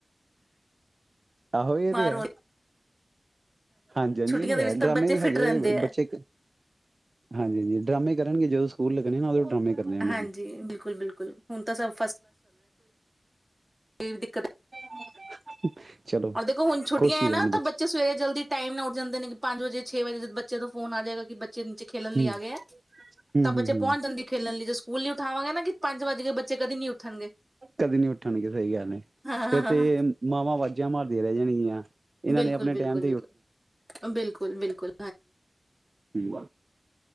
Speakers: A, on the right; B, in the centre.
A: ਆਹੋ ਇਹ ਤੇ ਹੈ
B: ਹੋ
A: ਹਾਂਜੀ ਹਾਂਜੀ
B: ਛੁੱਟੀਆਂ
A: ਇਹ ਤੇ
B: ਦੇ
A: ਹੈ
B: ਵਿੱਚ ਤਾਂ
A: ਡਰਾਮੇ
B: ਬੱਚੇ ਫਿਟ
A: ਹਜੇ
B: ਰਹਿੰਦੇ ਹੈ
A: ਬੱਚੇ ਹਾਂਜੀ ਹਾਂ ਡਰਾਮੇ ਕਰਨਗੇ ਜਦੋਂ ਸਕੂਲ ਲੱਗਣੇ ਨਾ ਉਦੋਂ ਡਰਾਮੇ ਕਰਨੇ ਆ ਉਹਨਾਂ
B: ਹਾਂਜੀ
A: ਨੇ
B: ਬਿਲਕੁਲ ਬਿਲਕੁਲ ਹੁਣ ਤਾਂ ਸਭ ਇਹ ਵੀ ਦਿੱਕਤ
A: <unintelligible>
B: ਔਰ ਦੇਖੋ ਹੁ ਛੱਟੀਆਂ
A: ਖੁਸ਼
B: ਹੈ
A: ਹੀ
B: ਨਾ
A: ਰਹਿਣ
B: ਤਾਂ ਬੱਚੇ ਸਵੇਰੇ ਜਲਦੀ ਟਾਈਮ ਨਾਠ ਜਾਂਦੇ ਨੇ ਕਿ ਪੰਜ ਵਜੇ ਛੇ ਵਜੇ ਬੱਚੇ ਤੋਂ ਫੋਨ ਆ ਜਾਏਗਾ ਕਿ ਬੱਚੇ ਨੀਚੇ ਖੇਲਣ ਲਈ
A: ਹਮ
B: ਆ ਗਏ ਆ
A: ਹਮ
B: ਤਾਂ
A: ਹਮ
B: ਬੱਚੇ ਪਹੁੰਚ
A: ਹਮ
B: ਜਾਂਦੇ ਖੇਲਣ ਲਈ ਜ ਸਕੂਲ ਨ ਉਠਾਵਾਂਗੇ ਨਾ ਕਿ ਪੰਜ ਵੱਜ ਕੇ ਬੱਚੇ ਕਦੀ ਨੀ ਉੱਠਣਗੇ
A: ਕਦੇ ਨੀ ਉੱਠਣਗੇ ਸਹੀ ਗੱਲ ਹੈ
B: ਹਾਂ
A: ਫੇਰ ਤੇ ਮਾਵਾਂ ਵਾਜਾਂ ਮਾਰਦੀਆਂ ਰਹਿ ਜਾਣਗੀਆਂ ਇਹਨਾਂ
B: ਬਿਲਕੁਲ
A: ਨੇ ਆਪਣੇ
B: ਬਿਲਕੁਲ
A: ਟਾਈਮ
B: ਬਿਲਕੁਲ ਬਿਲਕੁਲ ਬਕੁ ਬਿਲਕਲ
A: ਠੀ